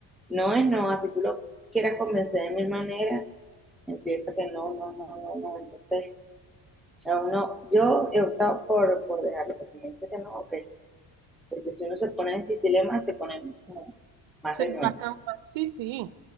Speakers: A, in the centre; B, on the right.
A: No es no, así tú lo quieras convencer de mil maneras, empieza que no, no, no, no, no, entonces a uno, yo he optado por, por dejarlo, que si me dice que no, ok, porque si uno se pone en ese dilema se pone como más
B: Se
A: renuente.
B: trata Sí, sí,